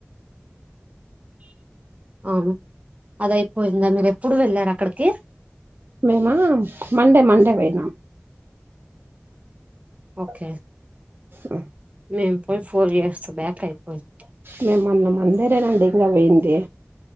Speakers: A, on the right (about 30°); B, on the right (about 50°).
A: అది అదయిపోయిందా మీరు ఎప్పుడు వెళ్ళారు అక్కడికి
B: మేమా మండే మండే పోయినాం
A: ఓకే
B: ఆ
A: మేము పోయి ఫోర్ ఇయర్స్ బ్యాక్ అయిపోయింది
B: మేము మొన్న మండే అండి పోయింది